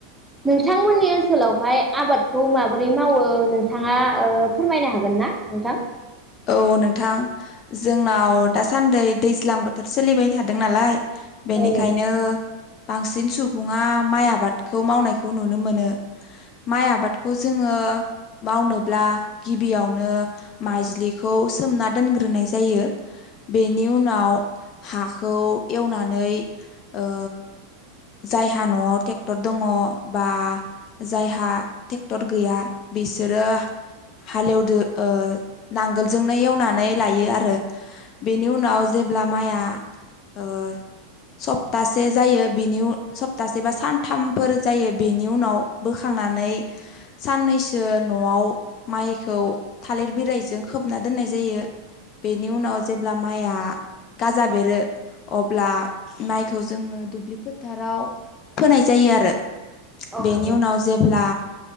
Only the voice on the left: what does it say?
औ नोंथां। जोंनाव दा सान्दै दैज्लां बोथोर सोलिबाय थादों नालाय बेनिखायनो,
बांसिन सुबुङा माइ आबादखौ मावनायखौ नुनो मोनो माइ आबादखौ जोङो मावनोब्ला गिबियावनो माइज्लि खौ सोमना दोनग्रोनाय जायो बेनि उनाव हाखौ एवनानै ओ जायहा नआव ट्रेक्टर दङ बा जायहा ट्रेक्टर गैया बिसोरो हालेवदो ओ नांगोलजोंनो एवनानै लायो आरो बेनि उनाव जेब्ला माइआ ओ सप्तासे जायो बेनि उ सप्तासे बा सानथामफोर जायो बेनि उनाव बोखांनानै साननैसो नआव माइखौ थालिर बिलाइजों खोबना दोननाय जायो। बेनि उनाव जेब्ला माइया गाजा बेरो अ ब्ला मायखौ जोङो दुब्लि फोथाराव फोनाय जायो आरो।
बेनि उनाव जेब्ला